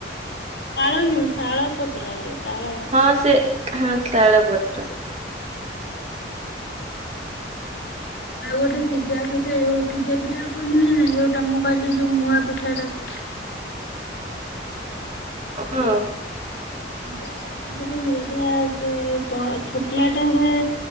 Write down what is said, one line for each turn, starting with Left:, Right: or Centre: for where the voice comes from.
Left: ତାଳ ନୁହଁ ଶାଳ ପତ୍ରରେ। ତାଳ
Right: ହଁ ସେ ହଁ ଶଳ ପତ୍ର।
Left: ଆଉ ଗୋଟେ ସିଝା ପିଠା ଯୋଉ ସିଝା ପିଠା କୁହନ୍ତି ନା ନା ଯୋଉଟା ମୁଁ କହିଲି ଯୋଉ ମୁୂଆ ପିଠାଟାକୁ।
Right: ହଁ।
Left: ଏଟା ଉଁ ବ ଛୋଟିଆଟେ ହୁଏ।